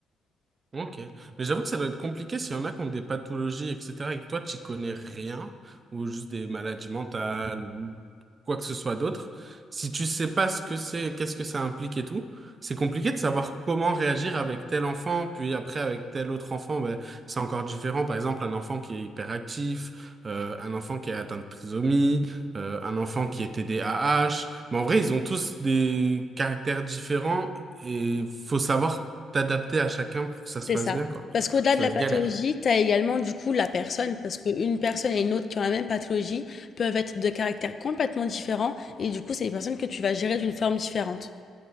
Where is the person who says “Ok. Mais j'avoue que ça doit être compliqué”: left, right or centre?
Right